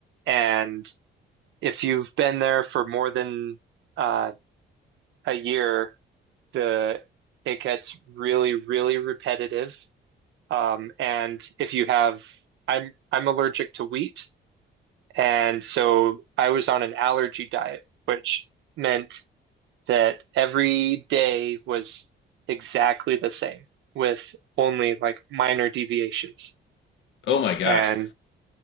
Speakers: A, on the right; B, on the left.
A: And if you've been there for more than uh, a year, the it gets really, really repetitive. Um, and if you have, I'm I'm allergic to wheat, and so I was on an allergy diet, which meant that every day was exactly the same with only like minor deviations.
B: Oh my gosh.
A: And